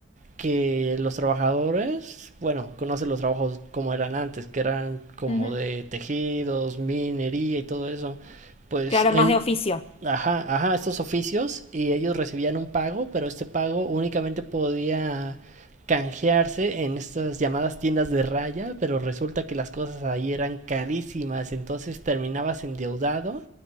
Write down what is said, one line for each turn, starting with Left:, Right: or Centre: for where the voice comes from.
Right: que los trabajadores, bueno, conocen los trabajos como eran antes, que eran como
Left: Ujú.
Right: de tejidos, minería y todo eso. Pues
Left: Claro,
Right: el,
Left: más de oficio.
Right: Ajá, ajá, estos oficios y ellos recibían un pago, pero este pago únicamente podía canjearse en estas llamadas tiendas de raya, pero resulta que las cosas ahí eran carísimas, entonces terminabas endeudado